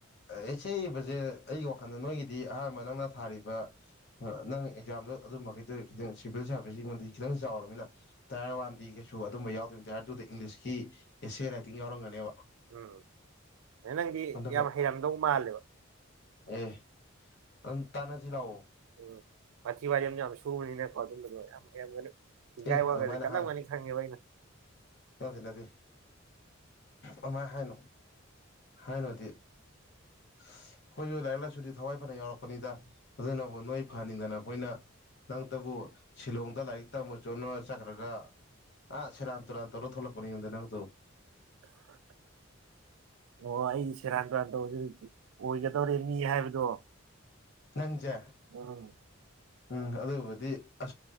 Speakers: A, on the left; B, on the right.
A: ꯑꯦꯁꯦ ꯏꯕꯁꯦ ꯑꯩꯒꯤ ꯋꯥꯈꯜꯗ ꯅꯣꯏꯒꯤꯗꯤ ꯑꯍꯥꯟꯕ ꯅꯪꯅ ꯊꯥꯔꯤꯕ ꯅꯪ ꯑꯦꯛꯖꯥꯝꯗꯣ ꯑꯗꯨꯝꯕ ꯃꯈꯩꯗꯨ ꯈꯤꯇꯪ ꯁꯤꯚꯤꯜ ꯁꯥꯔꯚꯤꯁꯁꯀꯤ ꯑꯩꯉꯣꯟꯗꯗꯤ ꯈꯤꯇꯪ ꯆꯥꯎꯔꯕꯃꯤꯅ ꯇꯥꯏꯌꯔ ꯋꯥꯟꯗꯤ ꯀꯩꯁꯨ ꯑꯗꯨꯝꯕ ꯌꯥꯎꯗꯣꯏ ꯇꯥꯏꯌꯔ ꯇꯨꯗ ꯏꯪꯂꯤꯁꯀꯤ ꯑꯦꯁ ꯔꯥꯏꯇꯤꯡ ꯌꯥꯎꯔꯝꯒꯅꯦꯕ
B: ꯎꯝ ꯑ ꯅꯪꯗꯤ
A: ꯑꯗꯨꯃꯛ
B: ꯌꯥꯝ ꯍꯩꯔꯝꯗꯧ ꯃꯥꯜꯂꯦꯕ
A: ꯑꯦ ꯑꯗꯨꯝ ꯇꯥꯟꯅꯁꯤ ꯂꯥꯛꯑꯣ
B: ꯎꯝ ꯃꯊꯤ ꯋꯥꯔꯤ ꯑ ꯌꯥꯝ ꯁꯨꯕꯅꯤꯅꯀꯣ ꯑꯗꯨꯝꯕꯗꯣ ꯌꯥꯝ ꯑꯒ ꯏꯒꯥꯏ
A: ꯑꯦ
B: ꯋꯥꯒꯁꯦ
A: ꯑꯗꯨꯃꯥꯏꯅ
B: ꯀꯜꯂꯝꯒꯅꯤ
A: ꯍꯥꯏꯅꯣ
B: ꯊꯪꯉꯦꯕꯩꯅ
A: ꯅꯠꯇꯦ ꯅꯠꯇꯦ ꯑꯗꯨꯃꯥꯏꯅ ꯍꯥꯏꯅꯣ ꯍꯥꯏꯅꯣꯗꯤ ꯑꯩꯈꯣꯏꯁꯨ ꯂꯥꯏꯔꯤꯛ ꯂꯥꯏꯁꯨꯗꯤ ꯊꯋꯥꯏ ꯐꯅ ꯌꯥꯎꯔꯛꯄꯅꯤꯗ ꯑꯗꯨꯅꯕꯨ ꯅꯣꯏ ꯐꯍꯟꯅꯤꯡꯗꯅ ꯑꯩꯈꯣꯏꯅ ꯅꯪꯇꯕꯨ ꯁꯤꯂꯣꯡꯗ ꯂꯥꯏꯔꯤꯛ ꯇꯝꯃ ꯆꯣꯠꯅ ꯆꯠꯈ꯭ꯔꯒ ꯑ ꯁꯦꯔꯥꯟ ꯇꯨꯔꯥꯟ ꯇꯧꯔꯣ ꯊꯣꯛꯂꯛꯄꯅꯤꯉꯝꯗ ꯅꯪꯗꯣ
B: ꯑꯣ ꯑꯩ ꯁꯦꯔꯥꯟ ꯇꯥꯟ ꯇ ꯍꯧꯁꯨ ꯑꯣꯏꯒꯗꯧꯔꯦ ꯃꯤ ꯍꯥꯏꯕꯗꯣ
A: ꯅꯪꯖꯦ
B: ꯎꯝ
A: ꯎꯝ ꯑꯗꯨꯕꯨꯗꯤ ꯑ